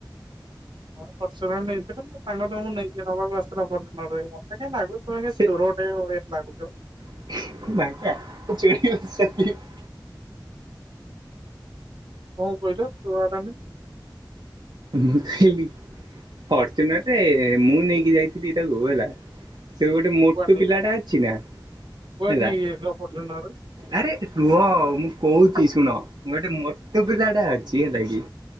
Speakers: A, on the right; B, on the right.
A: ହଁ ପର୍ଚୁର ନେଇଥିଲ ନା ସାଙ୍ଗ ତମକୁ ନେଇକି ନବାକୁ ଆସିଥିଲା ପର୍ଚୁନରେ ମତେ କାଇଁ ଲାଗୁଚି ତମେ
B: ସେ
A: ଚୋର ସେଇଭଳି ଲାଗୁଚ।
B: <unintelligible>
A: କଣ କହିଲ ସୁଭାଗଲାନି?
B: ମୁଁ କହିଲି ଫର୍ଚୁନରରେ ମୁଁ ନେଇକି ଯାଇଥିଲି ତାକୁ ହେଲା। ସେ ଗୋଟେ ମୋଟୁ
A: କୁଆଡେ ନେଇକି
B: ପିଲାଟା ଅଛି ନା?
A: କୁଆଡେ
B: ହେଲା
A: ନେଇଯାଇଥିଲା ଫର୍ଚୁନ ରେ?
B: ଆରେ ରୁହ ମୁଁ କହୁଛି ଶୁଣ ଗୋଟେ ମୋଟୁ ପିଲା ଟା ଅଛି ହେଲାକି।